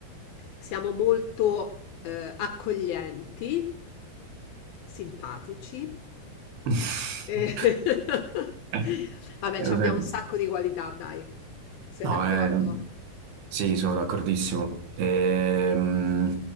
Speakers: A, on the left; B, on the right.
A: siamo molto eh, accoglienti, simpatici
B: <laughs>
A: e <laughs>
B: È
A: vabbè, ci
B: vero.
A: abbiamo un sacco di qualità, dai. Sei
B: No,
A: d'accordo?
B: è- sì, sono d'accordissimo. Ehm,